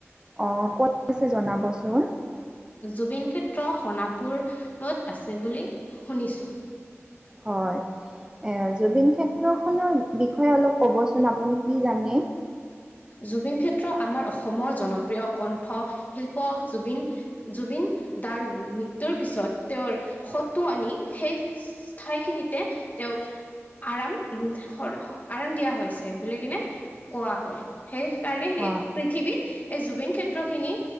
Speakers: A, on the right; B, on the left.
A: অ কত আছে জনাবচোন?
B: জুবিন ক্ষেত্ৰ সণাপুৰ ত আছে বুলি শুনিছোঁ।
A: হয়। এ জুবিন ক্ষেত্ৰ খনৰ বিষয়ে অলপ ক'বচোন আপুনি কি জানে?
B: জুবিন ক্ষেত্ৰ আমাৰ অসমৰ জনপ্ৰিয় কণ্ঠ শিল্প জুবিন-জুবিন দাৰ মৃত্যুৰ পিছত তেওঁৰ শটো আনি সেই ঠাইখিনিতে তেওঁক আৰাম শ আৰাম দিয়া হৈছে বুলি কিনে কোৱা হয়। সেইকাৰণে সেই
A: হয়,
B: পৃথিৱীত এই জুবিন ক্ষেত্ৰ খিনি